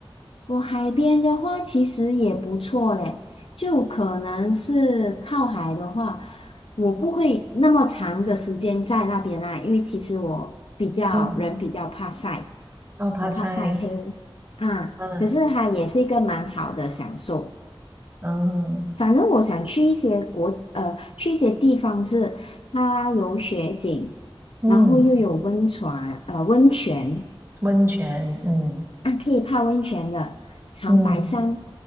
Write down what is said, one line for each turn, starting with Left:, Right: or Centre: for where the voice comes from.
Left: 我海边的话其实也不错嘞，就可能是靠海的话，我不会那么长的时间在那边啦，因为其实我比较人比较怕晒，
Right: 嗯。哦，爬山
Left: 我怕晒黑啊。
Right: 嗯
Left: 可是它也是一个蛮好的享受。
Right: 嗯
Left: 反正我想去一些国呃，去一些地方是它有雪景，
Right: 嗯，
Left: 然后又有温泉呃温泉
Right: 温泉，嗯
Left: 啊，可以泡温泉的长白山。
Right: 嗯，